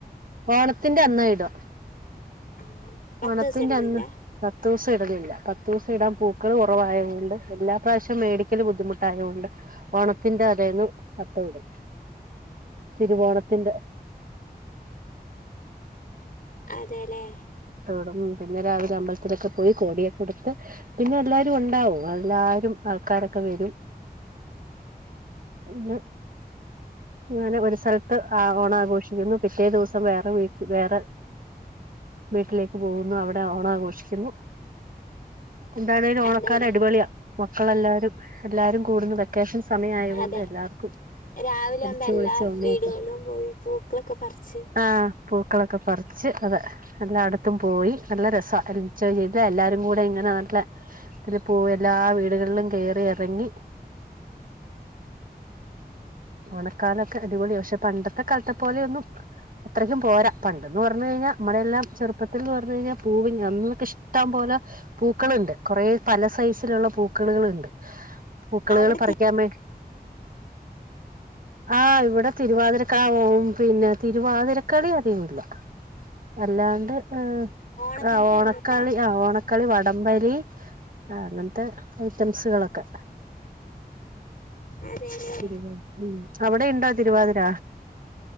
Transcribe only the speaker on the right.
ഓണത്തിന്റെ അന്നാ ഇടും.
ഓണത്തിന്റെ
അന്ന്, പത്തൂസം ഇടലില്ല പത്ത് ദൂസോടാൻ പൂക്കള് കുറവായത് കൊണ്ട് എല്ലാ പ്രാവശ്യോം മേടിക്കല് ബുദ്ധിമുട്ടായകൊണ്ട് ഓണത്തിന്റെ അതേന്ന് അത്തവിടും തിരുവോണത്തിന്റെ
ഉം പിന്നെ രാവിലെ അമ്പലത്തിലൊക്കെ പോയി കോടിയക്കെ എടുത്ത് പിന്നെ എല്ലാരും ഉണ്ടാവും, എല്ലാരും, ആൾക്കാരൊക്കെ വരും. ഇന്ന് അങ്ങനെ ഒരു സ്ഥലത്ത് ആ ഓണം ആഘോഷിക്കുന്നു പിറ്റേ ദിവസം വേറെ വീട്ടി, വേറെ വീട്ടിലേക്ക് പോകുന്നു അവിടെ ഓണം ആഘോഷിക്കുന്നു. എന്താണേലും ഓണക്കാലം
അടിപൊളിയാ. മക്കളെല്ലാരും എല്ലാരും കൂടുന്ന് വെക്കേഷൻ സമയം ആയതുകൊണ്ട്
എല്ലാവർക്കും
അടിച്ചു
പൊളിച്ച് ഓണമൊക്കെ
ആഹ് പൂക്കളൊക്കെ അതെ എല്ലാടു ത്തും പോയി നല്ല രസാ അതുചെയ്ത് എല്ലാരും കൂടെ ഇങ്ങനെ നല്ല ഇത് പോയി എല്ലാ വീടുകളിലും കേറി ഇറങ്ങി ഓണക്കാലൊക്കെ അടിപൊളിയാ പക്ഷെ പണ്ടത്തെ കാലത്തെ പോലെയൊന്നും അത്രക്കും പോരാ പണ്ടെന്ന് പറഞ്ഞു കഴിഞ്ഞാൽ മ്മടെയെല്ലാം ചെറുപ്പ ഇപ്പത്തെന്ന് പറഞ്ഞു കഴിഞ്ഞാൽ പൂവില്ല അന്നൊക്കെ ഇഷ്ടം പോലെ പൂക്കളുണ്ട് കുറ പല സൈസിലുള്ള പൂക്കളുകളൊണ്ട്. പൂക്കളുകള്
പറിക്കാമ്മേ
ആ ഇവിടെ തിരുവാതിരക്കാവവും പിന്നെ തിരുവാതിരക്കളി അധികവില്ല അല്ലാണ്ട് ഏ
ആ ഓണക്കളി ആ ഓണക്കളി വടംവലി, ആ അങ്ങനത്തെ ഐറ്റംസുകളൊക്കെ
തിരുവാ ഉം അവിടെ ഇണ്ടോ തിരുവാതിര